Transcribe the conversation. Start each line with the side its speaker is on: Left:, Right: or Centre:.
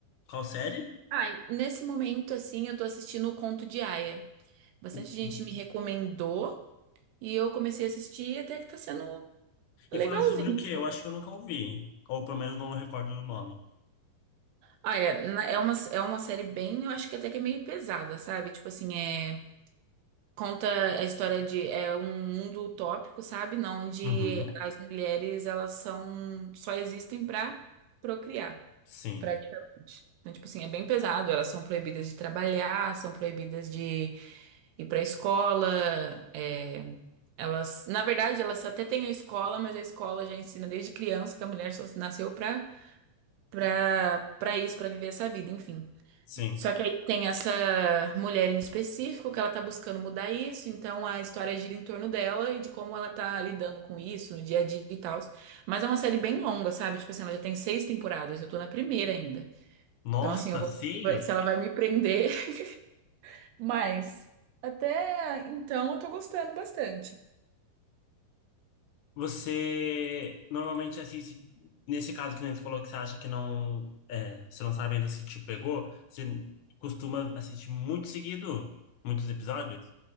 Left: Qual série?
Right: Ai, nesse momento assim, eu tô assistindo o Conto de Aia. Bastante
Left: O-
Right: gente
Left: o-
Right: me recomendou e eu comecei a assistir e até que tá sendo
Left: E
Right: legalzinho
Left: fala sobre o quê?
Right: assim.
Left: Eu acho que eu nunca ouvi. Ou pelo menos não recordo do nome.
Right: Olha, na- é uma é uma série bem, eu acho que até que é meio pesada, sabe? Tipo assim, é Conta a história de é um mundo utópico, sabe? Não, onde
Left: Uhum.
Right: as mulheres elas são só existem pra procriar,
Left: Sim,
Right: praticamente. Então, tipo assim, é bem pesado. Elas são proibidas de trabalhar, são proibidas de ir pra escola. é, elas, na verdade, elas até têm a escola, mas a escola já ensina desde criança que a mulher só nasceu pra para para isso, pra viver essa vida, enfim.
Left: sim.
Right: Só que aí tem essa mulher em específico que ela tá buscando mudar isso, então a história gira em torno dela e de como ela tá lidando com isso no dia a dia e tal. Mas é uma série bem longa, sabe? Tipo assim, ela já tem seis temporadas, eu tô na primeira ainda.
Left: Nossa,
Right: Então, assim, eu vou
Left: seis?
Right: vai- se ela vai me prender. <laughs> Mas até então eu tô gostando bastante.
Left: Você normalmente assiste. Nesse caso que nem você falou que você acha que não. É, você não sabe ainda se te pegou, você costuma assistir muito seguido, muitos episódios?